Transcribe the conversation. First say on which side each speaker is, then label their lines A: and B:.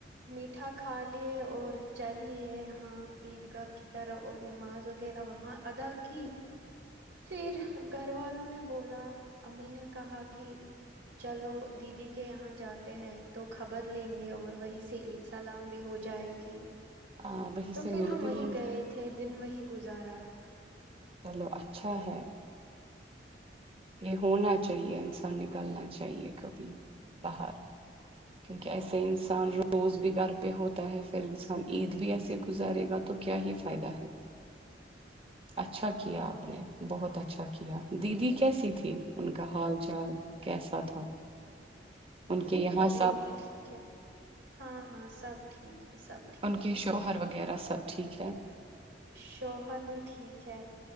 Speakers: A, on the right (about 85°); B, on the right (about 30°).
A: میٹھا کھا لیے اور چل لیے یہاں عید گاہ کی طرح اور نماز وغیرہ وہاں ادا کی پھر گھر والوں نے بولا امی نے کہا کہ چلو دیدی کے یہاں جاتے ہیں تو خبر لیں گے اور وہی سے عید سلام بھی ہو جائے گی
B: آ, وہیں
A: تو
B: سے
A: پھر
B: مل
A: ہم
B: بھی
A: وہی
B: لیں
A: گئے
B: گے
A: تھے دن وہی گزارا
B: چلو اچھا ہے یہ ہونا چاہیے انسان نکالنا چاہیے کبھی باہر کیونکہ ایسے انسان روز بھی گھر پہ ہوتا ہے پھر انسان عید بھی ایسے گزارے گا تو کیا ہی فائدہ ہے <unintelligible> اچھا
A: ہاں
B: کیا
A: ہاں
B: آپ نے بہت اچھا کیا دیدی کیسی تھی ان کا حال چال کیسا تھا ان کے یہاں سے
A: ج جی ٹھیک ہے ہاں ہاں سب ٹھیک ہے سب ٹھیک
B: ان کے
A: ہے
B: شوہر وغیرہ سب ٹھیک ہے
A: شوہر بھی ٹھیک چھ